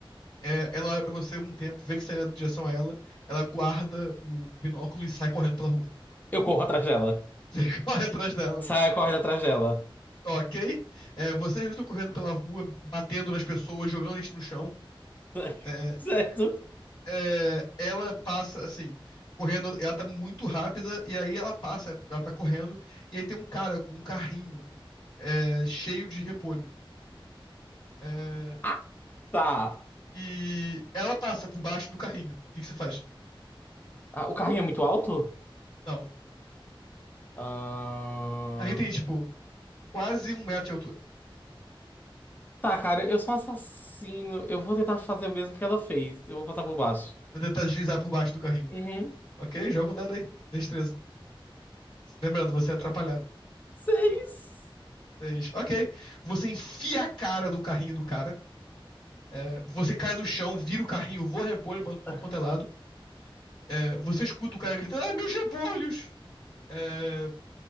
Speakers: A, on the left; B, on the left.
A: é, ela olha pra você um tempo, vê que você tá indo em direção a ela, ela guarda o binóculo e sai correndo pela rua.
B: Eu corro atrás dela.
A: <laughs> Você corre atrás dela.
B: Saio correndo atrás dela.
A: Ok? É, vocês não estão correndo pela rua, batendo nas pessoas, jogando gente no chão.
B: <laughs>
A: É,
B: Certo.
A: é, ela passa assim, correndo, ela tá muito rápida, e aí ela passa, ela tá correndo, e aí tem um cara com um carrinho é, cheio de repolho. É,
B: Ah, Tá.
A: e ela passa por baixo do carrinho. O que que você faz?
B: Ah, o carrinho é muito alto?
A: Não. O
B: Ahn,
A: carrinho tem, tipo, quase um metro de altura.
B: Tá, cara, eu sou um assassino. Eu vou tentar fazer o mesmo que ela fez. Eu vou passar por baixo.
A: Vou tentar deslizar por baixo do carrinho.
B: Uhum.
A: Ok? Joga um dado aí. Destreza. Lembrando, você é atrapalhado.
B: Seis.
A: Seis. Ok. Você enfia a cara no carrinho do cara. é, você cai no chão, vira o carrinho, voa repolho pra tudo
B: <laughs>
A: quanto é lado. É, você escuta o cara gritando, ah, meus repolhos! É,